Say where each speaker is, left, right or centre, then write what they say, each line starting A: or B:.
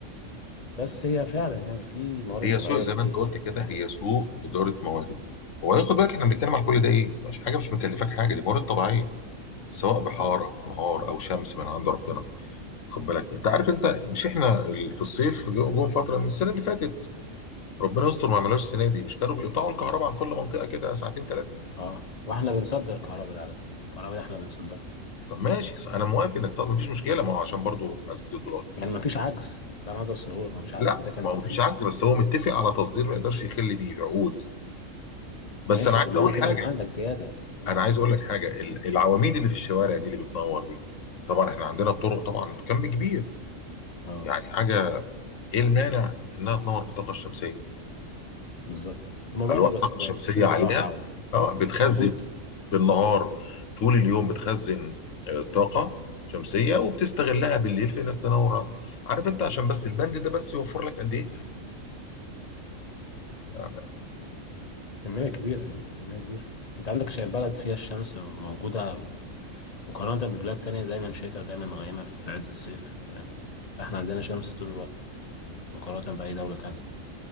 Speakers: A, on the left; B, on the left.
A: بس هي فعلا يعني في موارد
B: هي
A: طبيعية
B: سوء زي
A: كتير
B: ما انت قلت كده
A: منهوبة
B: هي سوء اداره موارد وبعدين خد بالك احنا بنتكلم
A: مم.
B: عن كل ده ايه مش حاجه مش مكلفك حاجه دي موارد طبيعيه سواء بحار
A: اه
B: او انهار او شمس من عند ربنا خد بالك انت عارف انت مش احنا ال- في الصيف جو- جم فتره من السنه اللي فاتت ربنا يستر ما عملوش السنه دي مش كانوا بيقطعوا الكهرباء عن كل منطقه كده ساعتين ثلاثه
A: اه واحنا بنصدر الكهرباء ده على كده الكهرباء دي احنا بنصدرها
B: طب ماشي
A: مم.
B: انا موافق انك تقطع، مفيش مشكله ما هو عشان برضو اثبت الدولار
A: يعني ما فيش عجز اللي انا عايز اوصله لك ما فيش عجز
B: لا
A: ده كان
B: ما
A: توفير
B: هو مفيش عجز بس هو متفق على تصدير ما يقدرش يخل بيه عقود بس
A: ماشي
B: انا عايز
A: طب معنى
B: اقول
A: كده
B: حاجه
A: ان عندك زيادة مم.
B: انا عايز اقول لك حاجه ال- العواميد
A: مم.
B: اللي في الشوارع دي اللي بتنور دي طبعا احنا عندنا الطرق طبعا كم كبير
A: اه
B: يعني حاجه ايه المانع انها تنور بالطاقه الشمسيه
A: بالظبط هما بدأوا
B: الواح الطاقه
A: بس بقى
B: الشمسيه
A: ماشيين
B: عليها
A: بالراحة قوي
B: اه بتخزن
A: موجود
B: بالنهار
A: مم.
B: طول اليوم بتخزن آه، طاقه شمسيه وبتستغلها بالليل في انك تنور عقد. عارف انت عشان بس البند ده بس يوفر لك قد ايه آه،
A: كمية
B: يعني
A: كبيرة ايه كمية كبيرة انت عندك شيء بلد فيها الشمس موجودة مقارنة ببلاد تانية دايما شتاء ودايما مغيمة في عز الصيف تمام فاحنا عندنا شمس طول الوقت مقارنة بأي دولة تانية